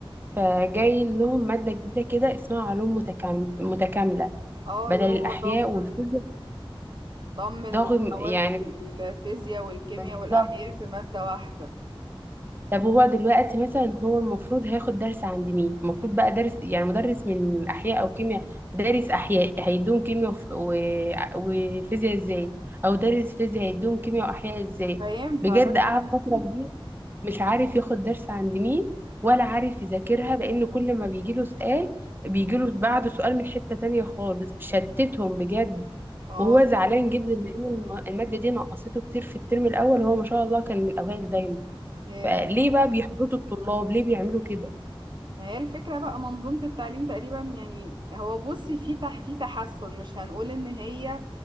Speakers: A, on the right (about 20°); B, on the right (about 55°).
A: فجاي لهم ماده جديده كده اسمها علوم متكام- متكامله
B: اه
A: بدل
B: اللي
A: الاحياء
B: هو ضمن
A: والفيزياء
B: ضم المواد
A: ضاغم يعني
B: الفيزياء والكيمياء
A: بالظبط
B: والأحياء في مادة واحدة
A: طب هو دلوقتي مثلا هو المفروض هياخد درس عند مين المفروض بقى درس يعني مدرس من احياء او كيمياء دارس احياء هيدوم كيمياء وف- و- وفيزياء ازاي او دارس فيزياء هيدوم كيمياء واحياء ازاي
B: فاهم
A: بجد
B: فلازم
A: قعد فترة كبيرة مش عارف ياخد درس عند مين ولا عارف يذاكرها لان كل ما بيجيله سؤال بيجيله بعده سؤال من حتة تانية خالص شتتهم بجد
B: اه
A: وهو زعلان جدا لان الم- المادة دي نقصته كتير في الترم الاول هو ما شاء الله كان من الاوائل دايما
B: ياه
A: فليه بقى بيحبطوا الطلاب ليه بيعملوا كده
B: ما هي الفكرة بقى منظومة التعليم تقريبا يعني هو بصي في تح في تحسن مش هنقول ان هي